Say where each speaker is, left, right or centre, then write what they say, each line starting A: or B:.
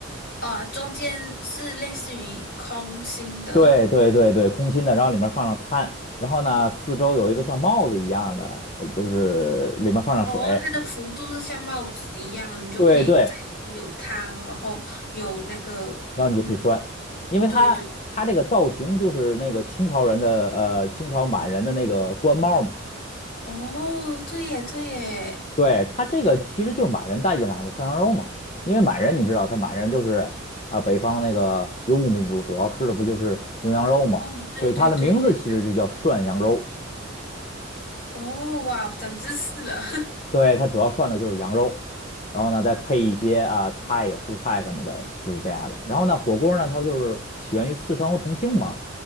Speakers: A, on the left; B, on the left.
A: 啊，中间是类似于空心的，
B: 对对对对，空心的，然后里面放上炭，然后呢，四周有一个像帽子一样的，呃就是里面放上水，
A: 哦，它的幅度是像帽子一样的你就可以在里面有汤，
B: 对对，
A: 然后有那个，
B: 然后你就可以拴，
A: 嗯，
B: 因为它它这个造型就是那个清朝人的呃清朝满人的那个官帽嘛，
A: 对对，哦，对耶，对耶，
B: 对，它这个其实就是满人带进来的涮羊肉嘛，因为满人你知道，他满人就是啊、北方那个游牧民族，主要吃的不就是牛羊肉嘛，
A: 嗯，对对对对对，
B: 所以它的名字其实就叫涮羊肉。
A: 哦，哇，长知识了，
B: 对，它主要涮的就是羊肉，然后呢再配一些啊菜呀、蔬菜什么的，就是这样的。然后呢，火锅呢它不就是起源于四川和重庆嘛，